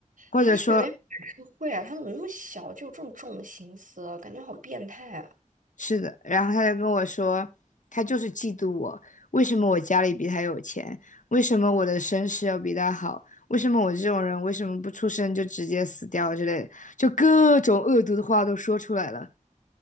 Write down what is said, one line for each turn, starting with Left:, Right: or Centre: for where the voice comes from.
Left: 或者说
Right: 他是不是有点反社会啊？他怎么那么小就有这种重的心思啊感觉好变态啊！
Left: 是的。然后他就跟我说，他就是嫉妒我，为什么我家里比他有钱？为什么我的身世要比他好？为什么我这种人为什么不出生就直接死掉之类的，就各种恶毒的话都说出来了。